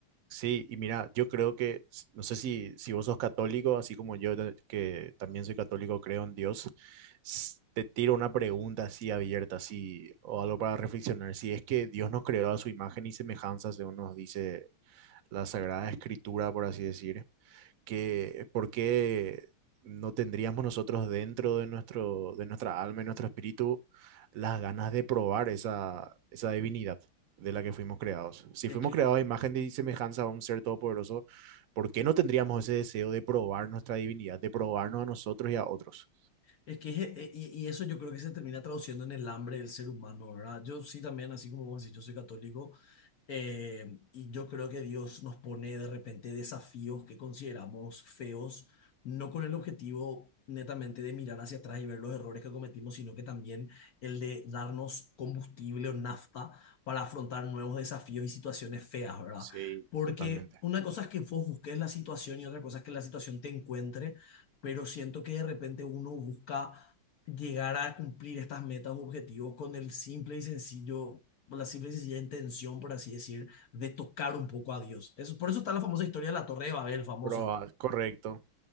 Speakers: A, on the right; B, on the left.
A: Sí, y mira, yo creo que, s- no sé si, si vos sos católico, así como yo, ta- que también soy católico, creo en Dios, s- te tiro una pregunta así abierta, así, o algo para reflexionar. Si es que Dios nos creó a su imagen y semejanza, según nos dice la Sagrada Escritura, por así decir, que, ¿por qué no tendríamos nosotros dentro de nuestro, de nuestra alma y nuestro espíritu las ganas de probar esa, esa divinidad de la que fuimos creados? Si
B: Es
A: fuimos
B: que
A: creados a imagen y semejanza a un ser todopoderoso, ¿por qué no tendríamos ese deseo de probar nuestra divinidad, de probarnos a nosotros y a otros?
B: Es que, es- eh, y, y eso yo creo que se termina traduciendo en el hambre del ser humano, ¿verdad? Yo sí también, así como vos decís, yo soy católico, eh, y yo creo que Dios nos pone de repente desafíos que consideramos feos, no con el objetivo netamente de mirar hacia atrás y ver los errores que cometimos, sino que también el de darnos combustible o nafta para afrontar nuevos desafíos y situaciones feas, ¿verdad?
A: Sí,
B: Porque
A: Totalmente.
B: una cosa es que vos busques la situación y otra cosa es que la situación te encuentre pero siento que de repente uno busca llegar a cumplir estas metas o objetivos con el simple y sencillo, la simple y sencilla intención, por así decir, de tocar un poco a Dios. Eso, por eso está la famosa historia de la Torre de Babel, famosa.
A: probar, Correcto.